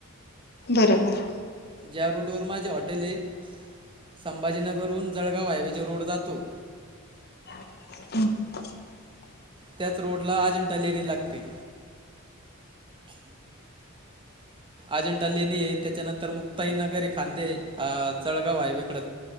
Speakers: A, on the left; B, on the right.
A: बरोबर
B: ज्या रूटवर माझे हॉटेले, हे संभाजीनगरहून जळगाव हायवेचे रोड जातो,
A: हम <unintelligible>
B: त्याच रोडला अजंठा लेणी लागते. अजेंठा लेणी हे त्याच्यानंतर मुक्ताई नगर हे खांदे जळगाव हायवेकड